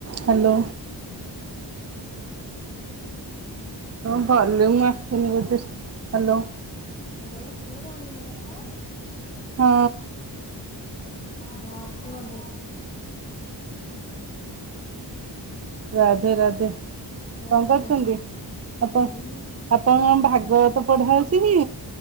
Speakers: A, on the right (about 35°); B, on the left (about 15°).
A: Hello
B: hello.
A: ହଁ ଭଲ <unintelligible> hello.
B: Hello ଶୁଣା ଯାଉନି ମୋ କଥା?
A: ହଁ।
B: ହଁ କୁହନ୍ତୁ?
A: ରାଧେ ରାଧେ କଣ
B: ରାଧେ
A: କରୁଛନ୍ତି?
B: ରାଧେ।
A: ଆପଣ
B: ଏଇ
A: ଆପଣ
B: ବସିଛି
A: ଭାଗବତ ପଢ଼ା ଚିକି।